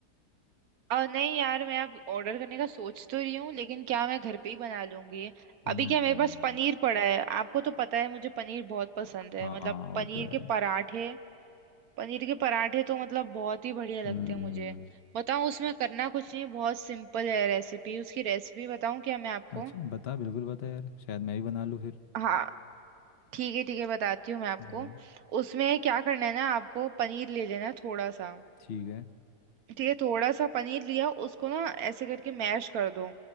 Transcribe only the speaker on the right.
आ, नहीं यार मैं अब ऑर्डर करने का सोच तो रही हूँ लेकिन क्या मैं घर पे ही बना लूंगी
अभी क्या मेरे पास पनीर पड़ा है आपको तो पता है मुझे पनीर बहुत पसंद
है मतलब
पनीर
के पराठे पनीर के पराठे तो मतलब बहुत ही बढ़िया लगते
हैं मुझे बताऊँ उसमें करना कुछ नहीं बहुत सिंपल है रेसिपी उसकी रेसिपी बताऊँ क्या मैं आपको
हाँ ठीक है ठीक है बताती हूँ मैं आपको
उसमें क्या करना है ना आपको पनीर ले लेना है थोड़ा सा
ठीक है थोड़ा सा पनीर लिया उसको ना ऐसे करके मैश कर दो